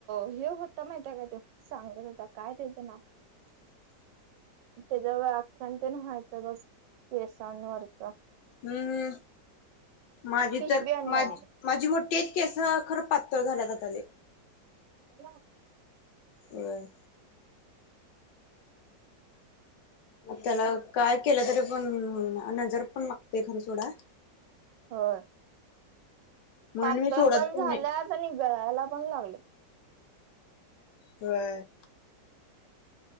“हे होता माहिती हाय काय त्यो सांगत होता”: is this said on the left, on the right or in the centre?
Right